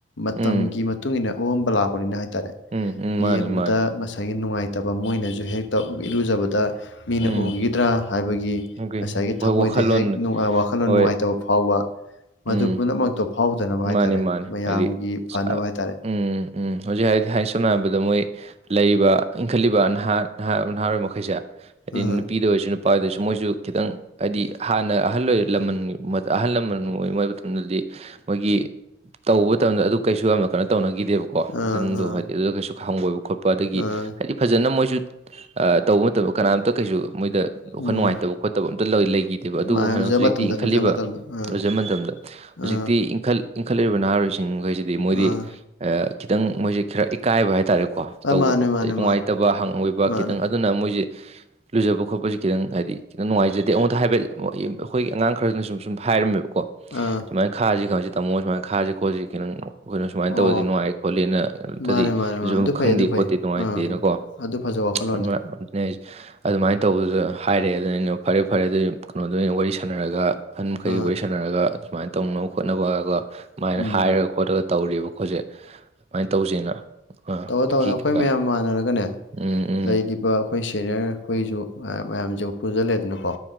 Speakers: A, on the left; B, on the right.
A: ꯃꯇꯝꯒꯤ
B: ꯎꯝ
A: ꯃꯇꯨꯡ ꯏꯟꯅ ꯑꯥꯑꯣꯟꯕ ꯂꯥꯛꯄꯅꯤꯅ ꯍꯥꯏꯇꯥꯔꯦ꯫
B: ꯎꯝ ꯎꯝ ꯃꯥꯅꯤ
A: ꯌꯦꯡꯕꯗ
B: ꯃꯥꯅꯤ
A: ꯉꯁꯥꯏꯒꯤ ꯅꯨꯡꯉꯥꯏꯇꯕ ꯃꯣꯏꯅꯁꯨ ꯍꯦꯛꯇ ꯏꯔꯨꯖꯕꯗ꯫ ꯃꯤꯅ
B: ꯎꯝ
A: ꯎꯈꯤꯗ꯭ꯔꯥ ꯍꯥꯏꯕꯒꯤ
B: ꯑꯣꯀꯦ
A: ꯉꯁꯥꯏꯒꯤ
B: ꯍꯣꯏ
A: ꯊꯝꯃꯣꯏꯗ
B: ꯋꯥꯈꯜꯂꯣꯟ
A: ꯍꯦꯛ ꯋꯥꯈꯜꯂꯣꯟ
B: ꯍꯣꯏ
A: ꯅꯨꯡꯉꯥꯏꯇꯕ ꯐꯥꯎꯕ
B: ꯎꯝ
A: ꯃꯗꯨ ꯄꯨꯝꯅꯃꯛꯇꯣ ꯐꯥꯎꯗꯅꯕ
B: ꯃꯥꯅꯤ
A: ꯍꯥꯏꯇꯥꯔꯦ
B: ꯃꯥꯅꯤ
A: ꯃꯌꯥꯝꯒꯤ
B: ꯍꯥꯏꯗꯤ
A: ꯐꯅꯕ
B: ꯁ- ꯑ-
A: ꯍꯥꯏꯇꯥꯔꯦ
B: ꯎꯝ ꯎꯝ ꯍꯧꯖꯤꯛ ꯍꯥꯏꯗꯤ ꯍꯥꯏ ꯁꯝꯅ ꯍꯥꯏꯔꯕꯗ ꯃꯣꯏ ꯂꯩꯔꯤꯕ ꯏꯟꯈꯠꯂꯤꯕ ꯅ ꯅ ꯅꯍꯥꯔ ꯃꯈꯩꯁꯦ ꯍꯥꯏꯗꯤ
A: ꯑꯥ
B: ꯅꯨꯄꯤꯗ ꯑꯣꯏꯔꯁꯨ ꯄꯥꯏꯗꯁꯨ ꯃꯣꯏꯁꯨ ꯈꯤꯇꯪ ꯍꯥꯏꯗꯤ ꯍꯥꯟꯅ ꯑꯍꯜ ꯑꯣꯏ ꯂꯃꯟ ꯑꯍꯜ ꯂꯃꯟ ꯑꯣꯏ ꯍꯥꯏ ꯃꯇꯝꯗꯗꯤ ꯃꯣꯏꯒꯤ ꯇꯧꯕ ꯃꯇꯝꯗ ꯑꯗꯨ ꯀꯩꯁꯨ ꯌꯥꯝꯅ ꯀꯩꯅꯣ ꯇꯧꯅꯈꯤꯗꯦꯕꯀꯣ꯫ ꯀꯣ
A: ꯑꯥ
B: ꯈꯟꯗꯣ ꯍꯥꯏꯗꯤ ꯑꯗꯨꯗ ꯀꯩꯁꯨ ꯍꯪꯕꯣꯏꯕ ꯈꯣꯠꯄ ꯑꯗꯒꯤ
A: ꯑꯥ
B: ꯍꯥꯏꯗꯤ꯫ ꯐꯖꯅ ꯃꯣꯏꯁꯨ ꯇꯧꯕ ꯅꯠꯇꯕ꯫ ꯀꯅꯥꯝꯇ ꯀꯩꯁꯨ ꯃꯣꯏꯗ ꯋꯥꯈꯜ
A: ꯎꯝ
B: ꯅꯨꯡꯉꯥꯏꯇꯕ ꯈꯣꯠꯇꯕ ꯑꯝꯇ ꯂꯩꯈꯤꯗꯦꯕ ꯑꯗꯨꯕꯨ
A: ꯃꯥꯅꯦ
B: ꯍꯅ
A: ꯂꯨꯖ
B: ꯍꯧꯖꯤꯛꯇꯤ
A: ꯃꯇꯝꯗ
B: ꯏꯟꯈꯠꯂꯤꯕ꯫
A: ꯂꯨꯖ ꯃꯇꯝꯗ ꯑꯥ
B: ꯂꯩꯖ ꯃꯇꯝꯗ ꯍꯧꯖꯤꯛ꯫
A: ꯑꯥ
B: ꯏꯟꯈꯠ ꯏꯟꯈꯠꯂꯛꯏꯕ ꯅꯍꯥꯔꯣꯁꯤꯡꯈꯩꯁꯤꯗꯤ ꯃꯣꯏꯗꯤ
A: ꯑꯥ
B: ꯈꯤꯇꯪ ꯃꯣꯏꯁꯤ ꯈꯔ ꯏꯀꯥꯏꯕ ꯍꯥꯏꯇꯥꯔꯦ꯫ ꯀꯣ ꯇꯧꯕ
A: ꯑꯥ ꯃꯥꯅꯦ
B: ꯈꯣꯄ
A: ꯃꯥꯅꯦ
B: ꯅꯨꯡꯉꯥꯏꯇꯕ
A: ꯃꯥꯅꯦ
B: ꯍꯪ ꯑꯣꯏꯕ
A: ꯃꯥꯅꯦ
B: ꯈꯤꯇꯪ꯫ ꯑꯗꯨꯅ ꯃꯣꯏꯁꯦ ꯂꯨꯖꯕ ꯈꯣꯠꯄꯁꯦ ꯈꯤꯇꯪ ꯍꯥꯏꯗꯤ ꯈꯤꯇꯪ ꯅꯨꯡꯉꯥꯏꯖꯗꯦ ꯑꯩꯉꯣꯟꯗ ꯍꯥꯏꯕꯦꯠ ꯑꯩꯈꯣꯏꯒꯤ ꯑꯉꯥꯡ ꯈꯔꯗꯅ ꯁꯨꯝ ꯁꯨꯝ ꯍꯥꯏꯔꯝꯃꯦꯕꯀꯣ
A: ꯑꯥ
B: ꯁꯨꯃꯥꯏꯅ ꯈꯥꯁꯤ ꯈꯪꯁꯤ ꯇꯃꯣ ꯁꯨꯃꯥꯏꯅ ꯈꯥꯁꯤ ꯈꯣꯠꯁꯤ ꯈꯤ ꯅꯪ ꯑꯩꯈꯣꯏꯅ ꯁꯨꯃꯥꯏꯅ
A: ꯑꯣ
B: ꯇꯧꯕꯔꯗꯤ ꯅꯨꯡꯉꯥꯏ ꯈꯣꯠꯂꯦꯅ ꯑꯝꯇꯗꯤ
A: ꯃꯥꯅꯦ ꯃꯥꯅꯦ ꯃꯥꯅꯦ ꯑꯗꯨ ꯐꯩ
B: ꯈꯪꯗꯦ
A: ꯑꯗꯨ ꯐꯩ
B: ꯈꯣꯠꯇꯦ ꯅꯨꯡꯉꯥꯏꯇꯦꯅꯀꯣ
A: ꯑꯥ ꯑꯗꯨ ꯐꯖꯕ ꯋꯥꯈꯜꯂꯣꯟꯅꯤ
B: ꯑꯗꯨꯅꯦ ꯑꯩꯁꯦ ꯑꯗꯨꯃꯥꯏꯅ ꯇꯧꯕꯗꯨꯗ ꯍꯥꯏꯔꯛꯑꯦ ꯑꯗꯨꯅ ꯑꯩꯅ ꯐꯔꯦ ꯐꯔꯦ ꯑꯗꯨ ꯀꯩꯅꯣꯗ ꯑꯩꯅ ꯋꯥꯔꯤ ꯁꯥꯟꯅꯔꯒ ꯑꯍꯟ ꯃꯈꯩꯒ
A: ꯑꯥ
B: ꯋꯥꯔꯤ ꯁꯥꯟꯅꯔꯒ ꯁꯨꯃꯥꯏꯅ ꯇꯧꯅꯕ ꯈꯣꯠꯅꯕꯒ ꯁꯃꯥꯏꯅ
A: ꯎꯝ
B: ꯍꯥꯏꯔꯒ ꯈꯔꯒ ꯈꯣꯠꯂꯒ ꯇꯧꯔꯤꯕ ꯈꯣꯏꯖꯦ ꯑꯗꯨꯃꯥꯏꯟ ꯇꯧꯁꯦꯅ ꯑꯥ
A: ꯇꯧꯔ
B: ꯄꯨꯈ꯭ꯔꯤ
A: ꯇꯧꯔ ꯑꯈꯣꯏ
B: ꯀꯩꯀꯥ
A: ꯃꯌꯥꯝ ꯃꯥꯟꯅꯔꯒꯅꯦ
B: ꯎꯝ ꯎꯝ
A: ꯂꯩꯔꯤꯕ ꯑꯩꯈꯣꯏ ꯁꯦꯅꯤꯌꯔ ꯑꯩꯈꯣꯏꯖꯨ ꯑ ꯃꯌꯥꯝꯖꯨ ꯄꯨꯖꯜꯂꯦꯗꯅꯀꯣ